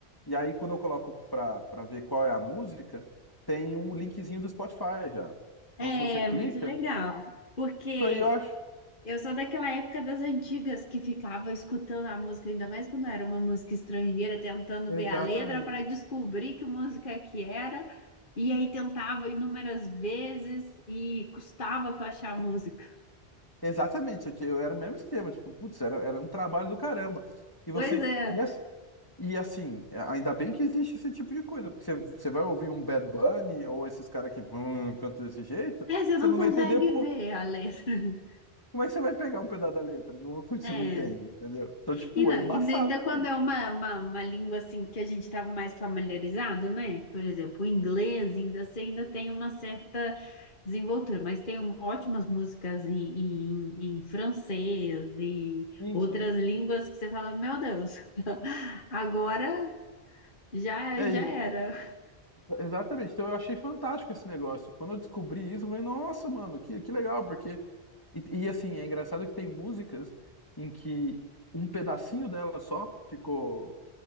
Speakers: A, on the left; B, on the left.
A: E aí, quando eu coloco pra, pra ver qual é a música, tem um linkzinho do Spotify já.
B: É
A: Então, se você clica,
B: muito legal, porque
A: isso aí eu acho.
B: Eu sou daquela época das antigas que ficava escutando a música, ainda mais quando era uma música estrangeira, tentando
A: Exatamente.
B: ver a letra para descobrir que música que era, e aí tentava inúmeras vezes e custava para achar a música.
A: Exatamente, eu, ti- eu era o mesmo esquema, tipo, putz, era, era um trabalho do caramba. E você.
B: Pois é,
A: E, as- e assim, ainda bem que existe esse tipo de coisa, porque você, você vai ouvir um Bad Bunny ou esses caras que hum, cantam desse jeito,
B: é, você
A: você
B: não
A: não
B: consegue
A: vai entender
B: ver a letra. <laughs>
A: Como é que você vai pegar um pedaço da letra de uma coisa que
B: É.
A: você não entende, entendeu? Então, tipo,
B: E não,
A: é
B: ainda,
A: embaçado,
B: ainda quando
A: mano.
B: é uma, uma, uma língua assim que a gente estava mais familiarizado, né? Por exemplo, o inglês ainda assim, ainda tem uma certa desenvoltura, mas tem um- ótimas músicas em, em, em francês e
A: Sim,
B: outras
A: sim.
B: línguas que você fala, meu Deus, <laughs> agora já,
A: É,
B: já
A: e-
B: era.
A: exatamente. Então eu achei fantástico esse negócio. Quando eu descobri isso, eu falei, nossa, mano, que, que legal, porque. E, e, assim, é engraçado que tem músicas em que um pedacinho dela só ficou,